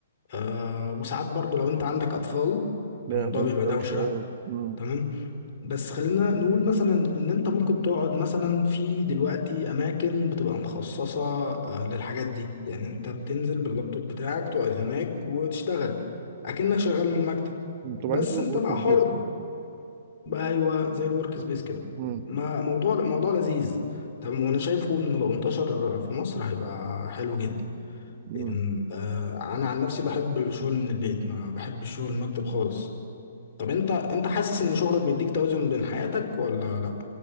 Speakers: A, on the left (about 40°); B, on the right (about 40°).
A: آه وساعات برضو لو انت عندك اطفال
B: لا
A: الموضوع
B: جميل
A: بيبقى
B: ده
A: دوشة
B: وش اه امم
A: تمام بس خلينا نقول مثلا ان انت ممكن تقعد مثلا في دلوقتي اماكن بتبقى مخصصة آه للحاجات دي يعني انت بتنزل باللابتوب بتاعك تقعد هناك وتشتغل اكنك شغال من المكتب
B: أمم. طبعا
A: بس
B: انت ورك
A: انت بقى
B: سبيس
A: حر
B: كده
A: بقى ايوه زي الورك سبيس كده
B: امم
A: ما موضوع موضوع لذيذ طب وانا شايفه ان لو انتشر في مصر هيبقى حلو جدا
B: امم
A: إن- آه، انا عن نفسي بحب الشغل من البيت ما بحب الشغل المكتب خالص طب انت انت حاسس ان شغلك بيديك توازن بين حياتك ولا لا